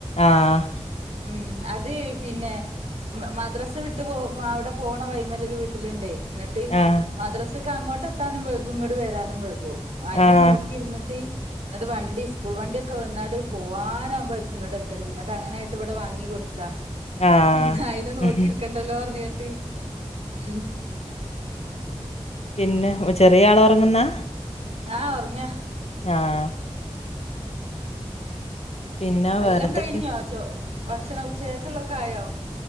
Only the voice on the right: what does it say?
ഉം അത് പിന്നെ- മ മദ്രസ് വിട്ട് പോ അവിടെ പോണ വൈമലൊരു വീട്ടിലുണ്ടേ- ന്നട്ട്
മദ്രസിക്ക് അങ്ങോട്ട് എത്താനും വെയ്കും ഇങ്ങോട്ട് വരാനും വെയ്കും- അയിനെ
നോക്കി ഇരുന്നിട്ട് ന്നട്ട് വണ്ടി സ്കൂൾ വണ്ടി- ക്കെ വന്നാട്ട് പോവാനകുമ്പോരിക്കും ഇങ്ങട്ട് എത്തല് ന്നിട്ട് അങ്ങനായിട്ട് ഇവിടെ വാങ്ങി കൊടുത്താ-
ഉം അയിനെ നോക്കിർക്കണ്ടല്ലോ പറഞ്ഞിട്ട്- ഉ <inaudible>
ആഹ് ഒറങ്ങ-
എല്ലാം
കഴിഞ്ഞോ ചോ ഭക്ഷണ ഉച്ചക്കക്കുള്ളൊക്കെ ആയോ?